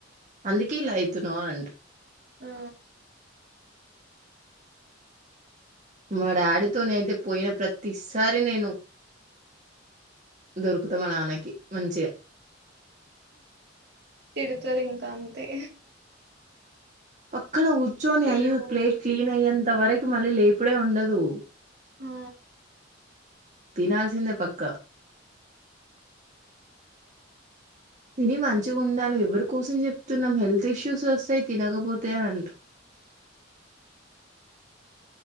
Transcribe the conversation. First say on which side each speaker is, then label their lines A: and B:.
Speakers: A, on the right (about 40°); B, on the right (about 60°).
A: అందుకే ఇలా అయితునవా నంట
B: ఆ!
A: మా డాడీ తోనే అయితే పోయిన ప్రతి సారి నేను దొరుకుతా మా నాన్నకి మంచిగా
B: తిడతారు ఇంకా అంతే
A: పక్కన కూర్చొని
B: తినవు
A: అయి ప్లేట్ క్లీన్ అయ్యేంత వరకు మళ్ళీ లేపుడే ఉండదు
B: ఆ
A: తినాల్సిందే పక్కా తిని మంచిగా ఉండాలి ఎవరి కోసం చెప్తున్నాం హెల్త్ ఇష్యూస్ వస్తాయి తినకపోతే అని అనరు